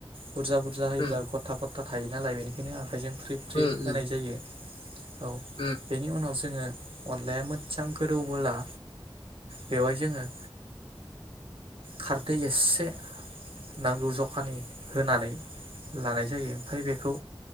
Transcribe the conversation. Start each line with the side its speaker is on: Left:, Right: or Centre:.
Right: बुरजा बुरजा होयोबा
Left: उम
Right: गथा गथा थायोनालाय बेनिखायनो आखाइजों फ्रि फ्रि
Left: उम
Right: होनाय
Left: उम
Right: जायो। औ
Left: उम
Right: बेनि उनाव जोङो अनलाया मोजां गोरौबोला बेवहाय जोङो खारदै एसे नांगौ जखानि होनानै लानाय जायो ओमफ्राय बेखौ